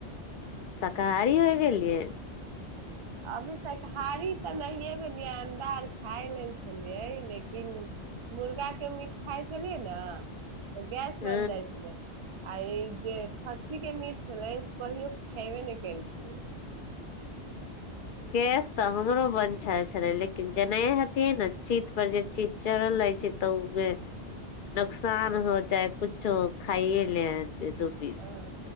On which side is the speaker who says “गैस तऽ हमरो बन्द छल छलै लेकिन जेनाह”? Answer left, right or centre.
Left